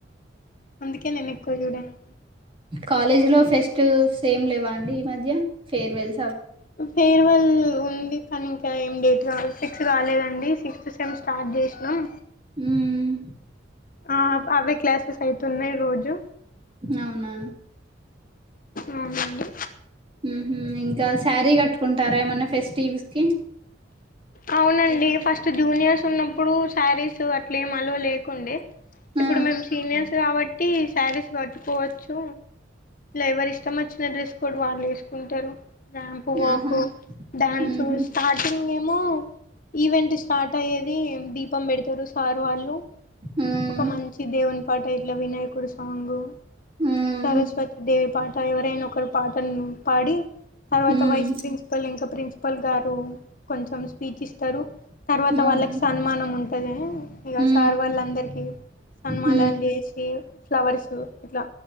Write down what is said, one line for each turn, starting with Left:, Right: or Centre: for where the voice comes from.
Left: అందుకే నేను ఎక్కువ చూడాను
Right: కాలేజ్ లో ఫెస్ట్ సేమ్ లేవా అండి ఈ మధ్య ఫేర్వెల్
Left: ఫేయిర్వెల్ ఉంది కానీ ఇంకా ఏం డేట్ కావదు సిక్స్ రాలేదండి సిక్స్ సేమ్ స్టార్ట్ చేసినాం
Right: మ్మ్
Left: ఆ అవే క్లాసెస్ అయితున్నాయి రోజు
Right: అవునా
Left: అవునండి
Right: ఉమ్ ఇంకా శారీ కట్టుకుంటారా ఏమన్నా ఫెస్టివల్స్ కి
Left: అవునండి ఫస్ట్ జూనియర్స్ ఉన్న ఇప్పుడు శారీస్ అట్లేం అల్లో లేకుండే ఇప్పుడు
Right: ఆ
Left: మేము సీనియర్స్ కాబట్టి సారీస్ కట్టుకోవచ్చు ఎవరి ఇష్టం వచ్చిన డ్రెస్ కూడా వాళ్ళు వేసుకుంటారు ర్యాంప్ వాక్
Right: ఆహా
Left: డ్యాన్సు
Right: ఊహూ
Left: స్టార్టింగ్ ఏమో ఈవెంట్ స్టార్ట్ అయ్యేది దీపం పెడతారు సార్ వాళ్ళు
Right: మ్మ్
Left: ఒక మంచి దేవుని పాట ఇట్లా వినాయకుడు సాంగ్
Right: మ్మ్
Left: సరస్వతి దేవి పాట ఎవరైనా ఒకరు పాటను పాడి తర్వాత
Right: మ్మ్
Left: వైస్ ప్రిన్సిపల్ ఇంకా ప్రిన్సిపల్ గారు కొంచెం స్పీచ్ ఇస్తారు తర్వాత
Right: అవునా
Left: వాళ్ళకి సన్మానం ఉంటది ఇక
Right: మ్మ్
Left: సార్ వాళ్ళందరికి సన్మాలలు
Right: మ్మ్
Left: చేసి ఫ్లవర్స్ ఇట్లా